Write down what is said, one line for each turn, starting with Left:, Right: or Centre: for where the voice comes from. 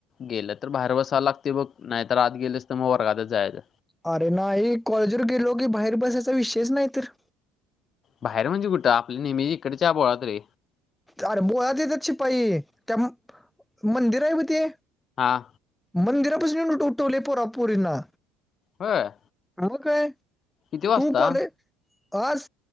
Left: गेलं तर बाहेर बसायला लागतंय बघ नाही तर आत गेलस तर मग वर्गातच जायचं
Centre: अरे नाही कॉलेजवर गेलो की बाहेर बसायचा विषयच नाही तर
Left: बाहेर म्हणजे कुठं आपल्या नेहमीच्या इकडच्या बोळात रे
Centre: अरे बोळात येत्यात शिपाई त्या मंदिर आहे ब ते
Left: हां
Centre: मंदिरापशी येऊन उठ उठवलंय पोरा पोरींना
Left: होय
Centre: <unintelligible> काय
Left: किती वाजता?
Centre: तू कॉले आज